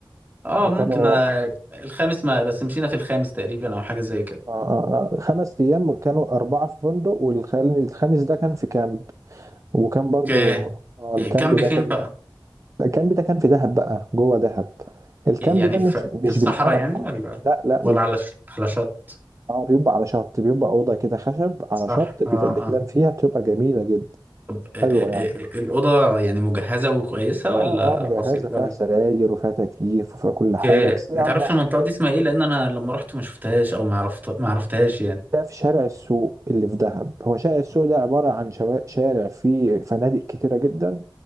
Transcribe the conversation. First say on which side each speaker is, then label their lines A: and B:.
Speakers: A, on the right; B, on the right.
A: اه
B: وكانوا
A: ممكن انا الخامس ما بس مشينا في الخامس تقريبا او حاجه زي كده
B: آه، آه، آه، خمس أيام كانوا أربعة في فندق والخامس ده كان في كامب وكان برضو
A: اوكي
B: آه الكامب
A: إيه، كامب
B: ده
A: فين
B: كان
A: بقى
B: الكامب ده كان في دهب بقى جوه دهب الكامب
A: يعني
B: ده مش
A: في
B: مش
A: في الصحراء
B: بالمعنى الحرفي
A: يعني ولا
B: لا لا
A: ولا
B: مش
A: على ش- على شط
B: اه بيبقى على شط بيبقى أوضة كده خشب على
A: صح
B: شط بت-
A: اه
B: بتنام
A: اه
B: فيها بتبقى جميلة جدا
A: طب إيه- إيه-
B: حلوة يعني
A: إيه، الاوضه يعني مجهزه وكويسه ولا
B: اه اه مجهزة
A: بسيط
B: فيها
A: ولا
B: سراير وفيها تكييف وفيها كل حاجة
A: اوكي
B: بس هي
A: ما
B: على
A: تعرفش
B: البحر
A: المنطقه دي اسمها ايه لان انا لما رحت ما شفتهاش او ما عرفت ما عرفتهاش يعني
B: ده في شارع السوق اللي في دهب هو شارع السوق ده عبارة عن شوا- شارع فيه فنادق كتيرة جدا